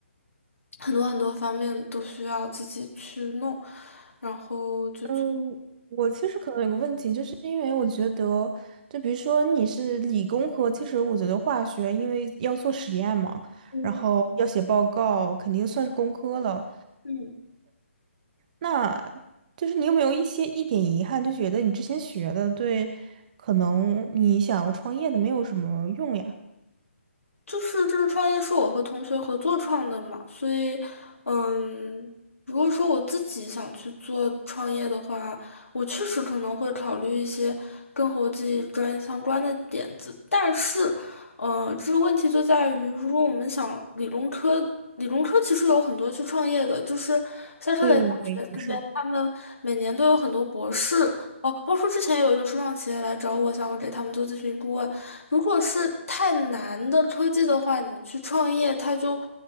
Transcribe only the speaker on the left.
很多很多方面都需要自己去弄，然后就去
嗯
嗯。
就是这个创业是我和同学合作创的嘛，所以，嗯，如果说我自己想去做创业的话，我确实可能会考虑一些跟国际专业相关的点子，但是，呃，这个问题就在于，如果我们想理工科，理工科其实有很多去创业的，就是夏特雷大学这边，
他们每年都有很多博士，哦，包括之前有一个初创企业来找我，想我给他们做咨询顾问。如果是太难的科技的话，你去创业，它就，